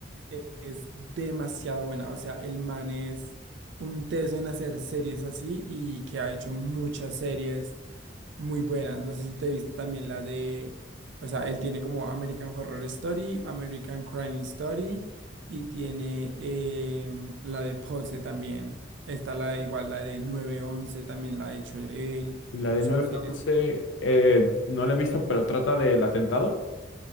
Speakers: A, on the right (about 75°); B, on the left (about 80°).
A: E- Es demasiado buena. O sea, el man es un teso en hacer series así y que ha hecho muchas series. muy buenas. No sé si te viste también la de, o sea, él tiene como American Horror Story, American Crime Story y tiene em, la de Pose también. Está la igual, la de nueve once también la ha hecho él.
B: La de
A: Son
B: nueve
A: series.
B: 11 eh, no la he visto, pero trata del atentado.